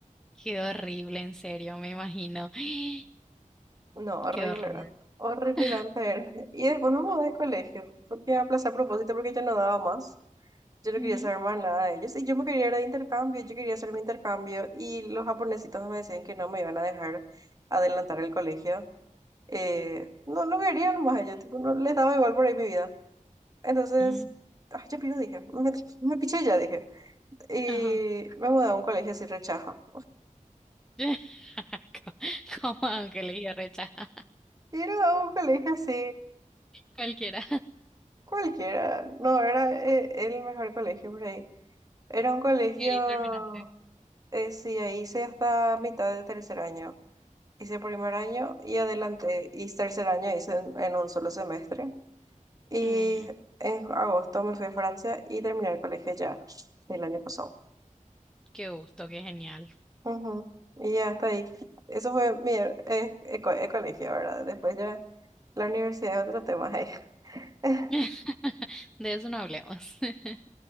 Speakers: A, in the centre; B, on the right.
A: Qué horrible, en serio, me imagino. <gasps>
B: No, horrible
A: Qué horror.
B: era. Horripilante
A: <laughs>
B: era. Y después me mudé de colegio, porque aplacé a propósito porque yo no daba más. Yo no
A: Ujú,
B: quería saber más nada de ellos. Y yo me quería ir de intercambio, yo quería hacer mi intercambio. Y los japonesitos me decían que no me iban a dejar adelantar el colegio. Eh, no, no querían más ellos, tipo, no les daba igual por ahí mi vida. Entonces,
A: ujú.
B: ay, ya piro, dije. Me, me piché ya, dije. Y
A: Ajá.
B: me mudé a un colegio así rechaza.
A: <laughs> Como Ángeles y Recha. <laughs>
B: Y era un colegio así
A: Cualquiera.
B: cualquiera. No, era eh, el mejor colegio por ahí. Era un colegio,
A: Y ahí terminaste.
B: eh, sí, ahí hice hasta mitad de tercer año. hice primer año y adelante hice tercer año, hice en, en un solo semestre. Y
A: Mm,
B: en agosto me fui a Francia y terminé el colegio ya el año pasado.
A: qué gusto, qué genial.
B: Ujú. Y ya hasta ahí. Eso fue mi eh, eh, co- eh, colegio, ¿verdad? Después ya la universidad es otro tema. eh. <laughs>
A: <laughs> De eso no hablemos. <laughs>